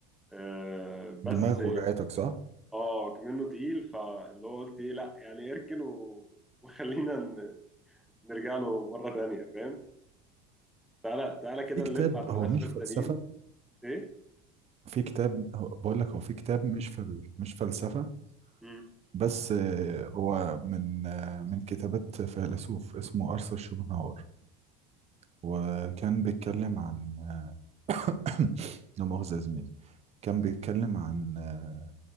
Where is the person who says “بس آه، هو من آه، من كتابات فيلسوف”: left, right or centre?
Right